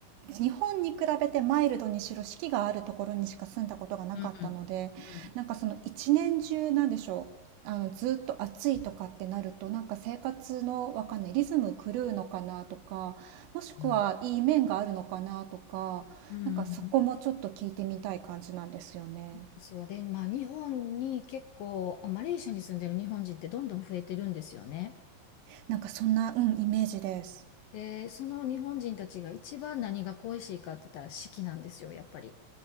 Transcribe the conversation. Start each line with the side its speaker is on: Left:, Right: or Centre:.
Right: 日本に比べてマイルドにしろ四季があるところにしか住んだことがなかったので、
Left: うん。うん。
Right: なんかその一年中なんでしょう。あの、ずっと暑いとかってなると、なんか生活のわかんないリズム狂うのかなとか、もしくはいい面があるのかなとか、
Left: うん。うん。
Right: なんかそこもちょっと聞いてみたい感じなんですよね。
Left: ですよ。で、まあ、日本に結構、あマレーシアに住んでる日本人ってどんどん増えてるんですよね。
Right: なんかそんな、うん、イメージです。
Left: で、その日本人たちが一番何が恋しいかって言ったら四季なんですよ、やっぱり。